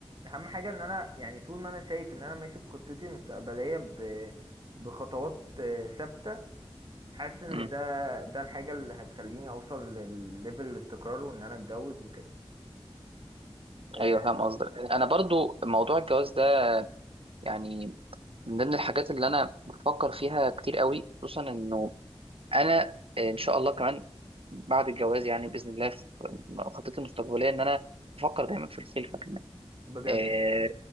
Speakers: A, on the right; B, on the right.
A: أهم حاجة إن أنا يعني طول ما أنا شايف إن أنا ماشي في خطتي المستقبلية ب- بخطوات آه، ثابتة حاسس ان
B: مم.
A: ده ده الحاجة اللي هتخليني اوصل للليفل الاستقرار وان انا اتجوز وكده أه
B: ايوه فاهم قصدك انا برضو موضوع الجواز يعني من ضمن الحاجات اللي انا بفكر فيها كتير قوي خصوصا انه انا آه، ان شاء الله كمان بعد الجواز يعني باذن الله في خطتي المستقبليه ان انا بفكر دايما في الخلفه كمان
A: بجد
B: اه